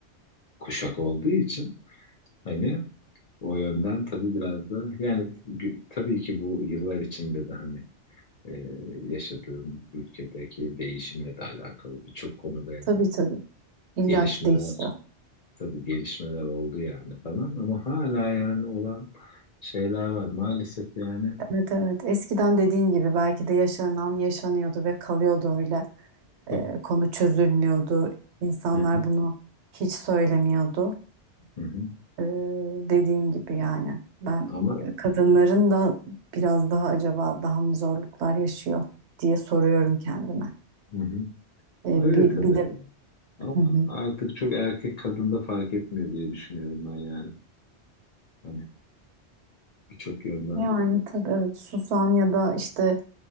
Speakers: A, on the left; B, on the right.
A: kuşak olduğu için hani o yönden tabii biraz da yani gü- tabii ki bu yıllar içinde de hani e, yaşadığım ülkedeki değişimle de alakalı birçok konuda yani
B: Tabii tabii. İlla
A: gelişmeler
B: ki değişiyor.
A: tabii gelişmeler oldu yani falan ama hala yani olan şeyler var maalesef yani
B: Evet evet. Eskiden dediğin gibi belki de yaşanan yaşanıyordu ve kalıyordu öyle.
A: Tabii.
B: Ee, konu çözülmüyordu. İnsanlar
A: Hı hı,
B: bunu hiç söylemiyordu.
A: hı hı.
B: Ee, dediğin gibi yani. Ben
A: Ama
B: e, kadınların da biraz daha acaba daha mı zorluklar yaşıyor diye soruyorum kendime.
A: hı hı.
B: Ee,
A: Öyle
B: bir,
A: tabii.
B: bir de
A: Ama
B: Hı hı.
A: artık çok erkek kadında fark etmiyor diye düşünüyorum ben yani. Hani birçok yönden.
B: yani tabii evet susan ya da işte